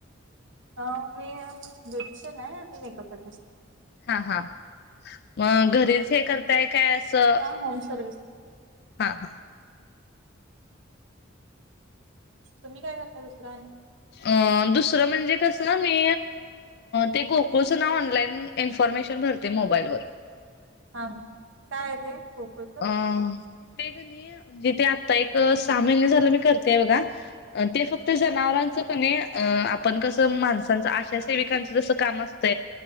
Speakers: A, on the right; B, on the left.
A: मी ब्युटिशियन आहे. आणि मेकअप करतेस
B: हा हा. मग घरीच काय करताय काय असं.
A: हा. Home service.
B: हा हा
A: तुम्ही काय करता दुसरं आणि.
B: अ दुसरं म्हणजे कसं ना मी ते गो. गोचना म्हणलंय ना मी इन्फॉर्मेशन भरते मोबाईल वर.
A: हा काय आहे ते खुपचं
B: अ ते कनि. जे ते आता एक सहा महिने झालं मी करतेय बघा. ते फक्त जनावरांच क नाही आपण कसं माणसांचं आशा सेविकांचं जसं काम असत.